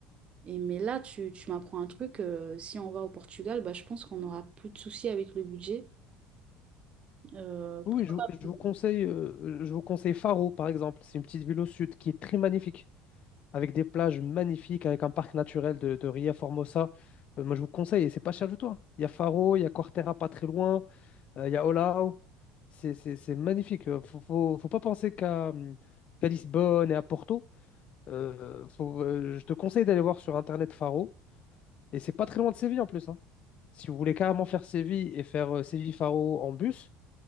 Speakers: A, on the right (about 35°); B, on the left (about 40°).
A: Et mais là, tu, tu m'apprends un truc, euh, si on va au Portugal, bah, je pense qu'on n'aura plus de soucis avec le budget. Euh,
B: Oui,
A: pourquoi
B: oui, je,
A: pas?
B: vous je vous conseille, euh, je vous conseille Faro, par exemple. C'est une petite ville au sud qui est très magnifique, avec des plages magnifiques, avec un parc naturel de, de Ria Formosa. Euh, moi, je vous conseille, et c'est pas cher du tout. hein. Il y a Faro, il y a Corteira pas très loin. Euh, Il y a Olao. C'est c'est- c'est magnifique. Euh, Faut, faut, faut pas penser qu'à hum, qu'à Lisbonne et à Porto. Euh, faut- euh, je te conseille d'aller voir sur Internet Faro. Et c'est pas très loin de Séville en plus. hein. Si vous voulez carrément faire Séville et faire euh, Séville-Faro en bus,